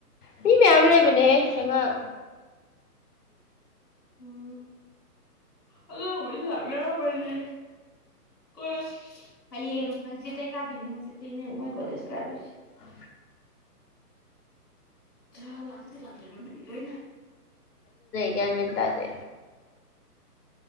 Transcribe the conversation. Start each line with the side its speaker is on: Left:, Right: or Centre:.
Left: ꯃꯤ ꯃꯌꯥꯝ ꯂꯩꯕꯅꯦ ꯍ‌ꯦ
Centre: ꯎꯝ ꯑꯉꯥꯡꯕꯨꯗꯤ ꯂꯥꯛꯅꯔꯝꯃꯅꯤ ꯀꯣꯂ‌ꯦꯁ ꯍꯌꯦꯡ ꯍꯪꯆꯤꯠꯇꯇꯩ ꯀꯥꯗꯣꯏꯅꯤ ꯍꯪꯆꯤꯠꯇꯇꯩꯅꯦ ꯃꯣꯏ ꯀꯣꯂꯦꯖ ꯀꯥꯗꯣꯏꯁꯦ
Left: ꯑ
Centre: ꯆꯂ ꯑꯗꯨ ꯂꯥꯛꯖꯔꯝꯃꯅꯤ ꯂꯣꯏꯅ
Left: ꯀꯌꯥ ꯃꯜꯇꯥꯗ